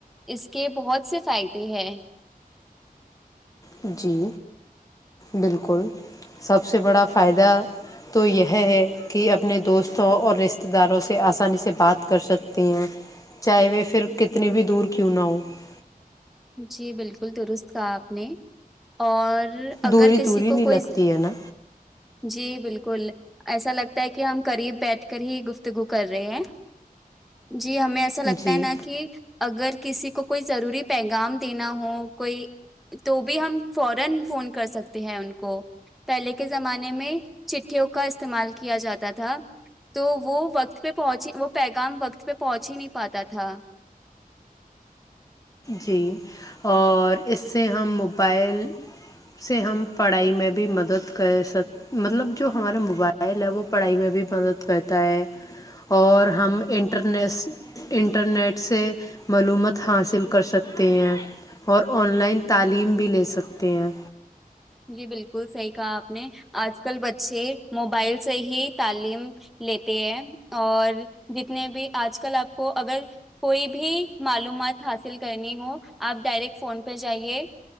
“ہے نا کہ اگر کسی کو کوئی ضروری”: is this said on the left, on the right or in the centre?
Centre